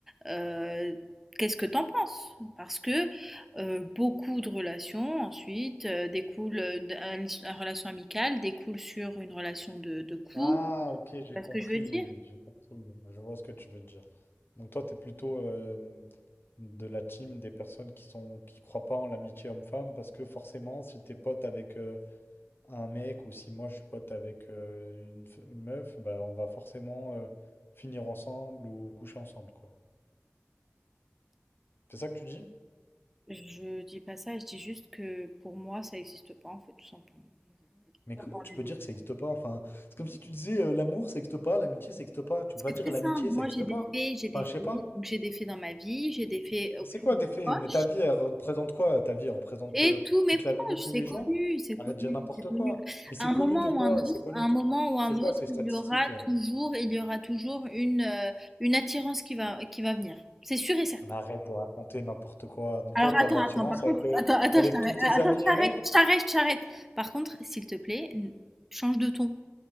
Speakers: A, in the centre; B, on the left.
A: euh, qu'est-ce que t'en penses? Parce que euh, beaucoup de relations ensuite euh, découlent euh, d'une relation amicale, découle sur une relation de, de couple.
B: Ah,
A: Tu
B: ok, j'ai
A: vois
B: compris,
A: ce que je veux dire?
B: j'ai compris. Je vois ce que tu veux dire. Donc toi, t'es plutôt euh, de la team des personnes qui sont qui croient pas en l'amitié homme-femme parce que forcément, si t'es pote avec euh, un mec ou si moi je suis pote avec euh, une, f- une meuf, bah on va forcément euh, finir ensemble ou coucher ensemble, quoi. C'est ça que tu dis?
A: Je dis pas ça, je dis juste que pour moi, ça existe pas en fait, tout simplement.
B: Mais
A: Pas
B: comment
A: pour
B: tu
A: les
B: peux
A: autres.
B: dire que ça n'existe pas? Enfin, c'est comme si tu disais euh, l'amour ça n'existe pas, l'amitié ça n'existe pas. Tu
A: C'est
B: peux pas dire
A: très
B: l'amitié
A: simple.
B: ça
A: Moi,
B: n'existe
A: j'ai des
B: pas.
A: faits, j'ai des
B: Enfin, je sais
A: faits,
B: pas.
A: donc j'ai des faits dans ma vie, j'ai des faits auprès
B: Mais c'est quoi
A: de mes
B: des faits?
A: proches
B: Mais ta vie, elle représente quoi? Ta vie, elle représente
A: et
B: euh,
A: tous mes
B: toute
A: proches,
B: la vie de tous
A: c'est
B: les
A: connu,
B: gens?
A: c'est connu,
B: Arrête de dire n'importe
A: c'est connu.
B: quoi. Mais c'est
A: À un
B: connu
A: moment
B: de quoi?
A: ou un autre,
B: C'est connu
A: à
B: de
A: un moment
B: tout.
A: ou un
B: C'est
A: autre,
B: quoi ces statistiques-là?
A: il y aura toujours, il y aura toujours une, euh, une attirance qui va, qui va venir. C'est sûr et certain.
B: Mais Arrête de raconter n'importe quoi. Donc
A: Alors
B: toi, t'as
A: attends,
B: de l'attirance
A: attends, par contre,
B: avec, euh,
A: attends, attends,
B: avec
A: je t'arrête,
B: tous tes
A: attends,
B: amis,
A: je
B: les
A: t'arrête,
B: mecs?
A: je t'arrête, je t'arrête. Par contre, s'il te plaît, n- change de ton,